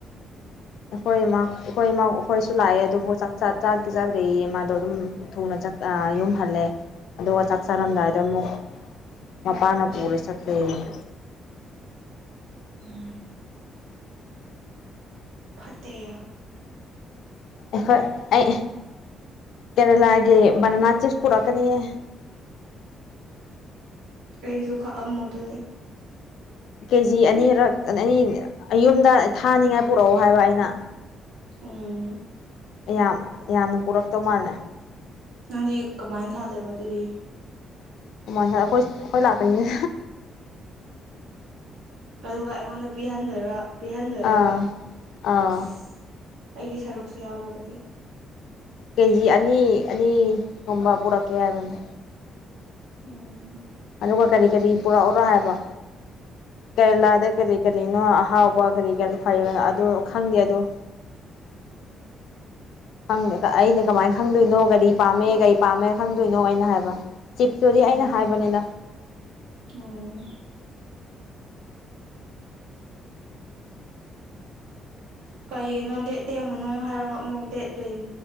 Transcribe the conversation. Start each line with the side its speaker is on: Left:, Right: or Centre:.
Left: ꯑꯩꯈꯣꯏꯃꯥ ꯑꯩꯈꯣꯏꯃꯥ ꯑꯩꯈꯣꯏꯁꯨ ꯂꯥꯛꯑꯦ ꯑꯗꯨꯕꯨ ꯆꯥꯛ ꯆ ꯆꯥꯗꯤ ꯆꯥꯗ꯭ꯔꯩꯌꯦ ꯃꯥꯗꯣ ꯑꯗꯨꯝ ꯊꯨꯅ ꯆꯛ ꯑ ꯌꯨꯝꯍꯜꯂꯦ ꯑꯗꯨꯒ ꯆꯥꯛ ꯆꯥꯔꯝꯗꯥꯏꯗ ꯑꯃꯨꯛ ꯃꯄꯥꯥꯅ ꯄꯨꯔ ꯆꯠꯈ꯭ꯦꯌꯦ
Right: ꯎꯝ ꯐꯠꯇꯦꯌꯥ
Left: ꯑꯩꯈꯣꯏ ꯑꯩ ꯀꯦꯔꯦꯂꯥꯒꯤ ꯕꯅꯅꯥ ꯆꯤꯞ꯭ꯁ ꯄꯨꯔꯛꯀꯅꯤꯌꯦ
Right: ꯑꯩꯒꯤꯁꯨꯨ ꯈꯥꯛꯑꯝꯃꯣ ꯑꯗꯨꯗꯤ
Left: ꯀꯦꯖꯤ ꯑꯅꯤꯔꯛ ꯑ ꯑꯅꯤ ꯑꯌꯨꯝꯗ ꯊꯥꯅꯤꯡꯉꯥꯏ ꯄꯨꯔꯛꯑꯣ ꯍꯥꯏꯕ ꯑꯩꯅ
Right: ꯎꯝ
Left: ꯌꯥꯝ ꯌꯥꯝꯅ ꯄꯨꯔꯛꯇꯧ ꯃꯥꯜꯂꯦ
Right: ꯅꯪꯗꯤ ꯀꯃꯥꯏ꯭ꯅ ꯊꯥꯗꯣꯏꯕ ꯑꯗꯨꯗꯤ
Left: <unintelligible> ꯑꯩꯈꯣꯏ ꯑꯩꯈꯣꯏ ꯂꯥꯛꯀꯅꯤ
Right: ꯑꯗꯨꯒ ꯑꯩꯉꯣꯟꯗ ꯄꯤꯍꯟꯗꯣꯏꯔ ꯄꯤꯍꯟꯗꯣꯏꯔꯥꯕ
Left: ꯑꯥ ꯑꯥ
Right: ꯁꯤ ꯑꯩꯒꯤ ꯁꯔꯨꯛꯁꯨ ꯌꯥꯎꯔꯣ ꯑꯗꯨꯗꯤ
Left: ꯀꯦꯖꯤ ꯑꯅꯤ ꯑꯅꯤꯒꯨꯝꯕ ꯄꯨꯔꯛꯀꯦ ꯍꯥꯏꯕꯅꯤ
Right: ꯎꯝ
Left: ꯑꯗꯨꯒ ꯀꯔꯤ ꯀꯔꯤ ꯄꯨꯔꯛ ꯑꯣꯔꯥ ꯍꯥꯏꯕ ꯀꯦꯔꯂꯥꯗ ꯀꯔꯤ ꯀꯔꯤꯅꯣ ꯑꯍꯥꯎꯕ ꯀꯔꯤ ꯀꯔꯤ ꯐꯩ ꯑꯗꯣ ꯈꯪꯗꯦ ꯑꯗꯣ ꯈꯪꯗ ꯑꯩꯅ ꯀꯃꯥꯏ꯭ꯅ ꯈꯪꯗꯣꯏꯅꯣ ꯀꯔꯤ ꯄꯥꯝꯃꯦ ꯀꯩ ꯄꯥꯝꯃꯦ ꯈꯪꯗꯣꯏꯅꯣ ꯑꯩꯅ ꯍꯥꯏꯕ ꯆꯤꯞ꯭ꯇꯨꯗꯤ
Right: ꯎꯝ
Left: ꯑꯩꯅ ꯍꯥꯏꯕꯅꯤꯗ
Right: ꯎꯝ ꯥꯀꯩꯒꯤꯅꯣ ꯗꯦꯠ ꯇꯦꯟ ꯃꯅꯨꯡ ꯍꯥꯏꯔꯒ ꯑꯃꯨꯛ ꯗꯦꯠ ꯇ꯭ꯋꯦꯟ